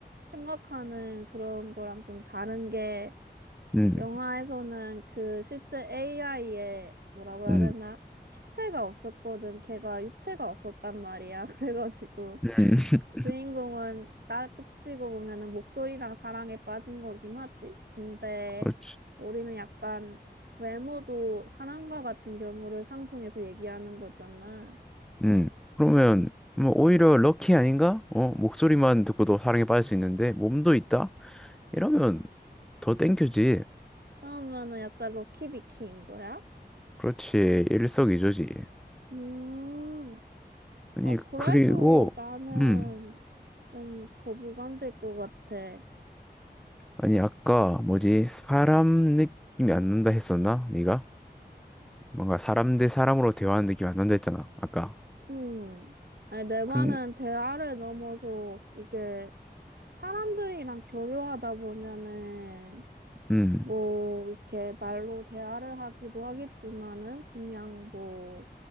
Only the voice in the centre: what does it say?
음,
음,
음,
<laughs>
그렇지.
음. 그러면 뭐 오히려 럭키 아닌가? 어 목소리만 듣고도 사랑에 빠질 수 있는데 몸도 있다? 이러면 더 땡큐지.
그렇지 일석이조지.
아니
그리고
음,
아니 아까 뭐지 사람 느낌이 안 난다 했었나? 네가 뭔가 사람 대 사람으로 대화하는 느낌이 안 난다 했잖아 아까.
근
음,